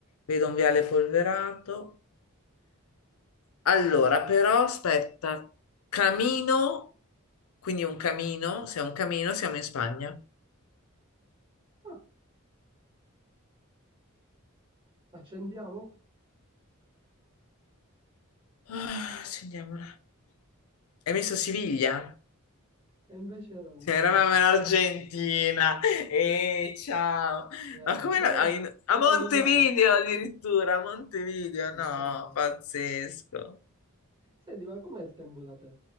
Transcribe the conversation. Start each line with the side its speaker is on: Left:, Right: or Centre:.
Left: Vedo un viale polverato. Allora, però aspetta, camino, quindi un camino, se è un camino siamo in Spagna.
Right: Ah, accendiamo?
Left: Ah, accendiamola. Hai messo Siviglia?
Right: E invece era l'Uruguay.
Left: Sì, Eravamo in Argentina e ciao,
Right: Eh,
Left: ma come
Right: no,
Left: era- a
Right: no,
Left: in- a
Right: era
Left: Montevideo
Right: l'Uruguay.
Left: addirittura, a Montevideo,
Right: È andato
Left: no,
Right: male.
Left: pazzesco.
Right: Senti, ma com'è il tempo da te?